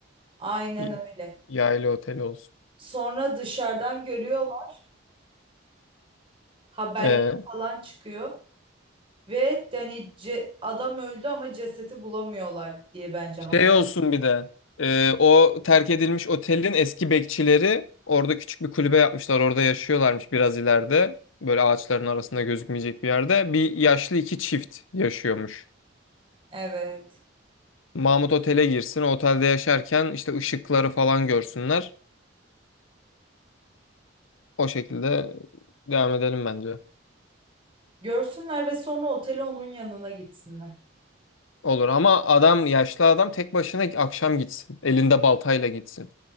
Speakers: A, on the right; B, on the left.
A: Aynen
B: Y-
A: öyle.
B: Yaylı otel olsun.
A: Sonra dışarıdan görüyorlar. Haberler
B: Ee,
A: falan çıkıyor. Ve yani ce- adam öldü ama cesedi bulamıyorlar diye bence
B: şey
A: haber.
B: olsun bir de. Ee, o terk edilmiş otelin eski bekçileri orada küçük bir kulübe yapmışlar. Orada yaşıyorlarmış biraz ileride. Böyle ağaçların arasında gözükmeyecek bir yerde. Bir yaşlı iki çift yaşıyormuş.
A: Evet.
B: Mahmut otele girsin. O otelde yaşarken işte ışıkları falan görsünler. O şekilde devam edelim bence.
A: Görsünler ve sonra otele onun yanına gitsinler.
B: Olur ama adam yaşlı adam tek başına akşam gitsin. Elinde baltayla gitsin.